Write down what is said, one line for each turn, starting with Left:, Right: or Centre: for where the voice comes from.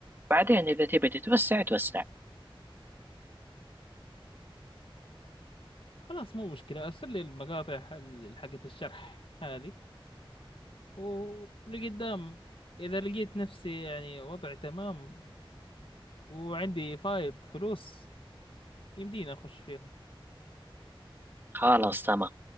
Right: بعدين إذا تبي تتوسع توسع
Left: خلاص مو مشكلة ارسل لي المقاطع حل- حقت الشرح هذه و- ولقدام اذا لقيت نفسي يعني وضعي تمام وعندي فايض فلوس يمديني اخش فيهم
Right: خلاص تمام